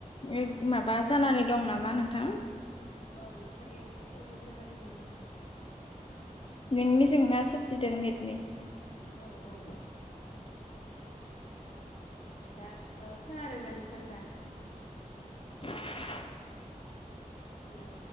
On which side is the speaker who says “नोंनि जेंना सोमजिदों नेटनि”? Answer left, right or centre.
Left